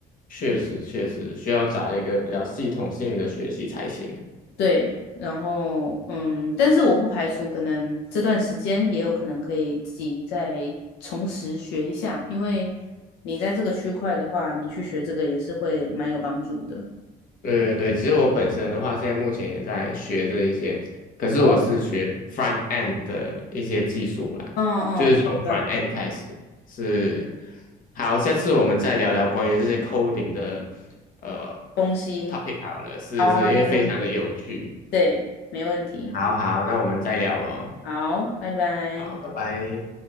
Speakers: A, on the left; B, on the left.
A: 确实，确实需要找一个比较系统性的学习才行。
B: 对，然后嗯，但是我不排除可能这段时间也有可能可以自己再重拾学一下，因为你在这个区块的话，你去学这个也是会蛮有帮助的。
A: 对对对，其实我本身的话，现在目前也在学这一些，可是我是学
B: 哦，
A: front end 的一些技术啦，
B: 嗯嗯，
A: 就是从
B: 一般的
A: front end 开始。是，好，下次我们再聊聊关于这些 coding 的呃
B: 东西。
A: topic 好了，是是，
B: 好啊，
A: 因为非常的有趣。
B: 没问题。对，没问题。
A: 好好，那我们再聊咯。
B: 好，拜拜。
A: 好，拜拜。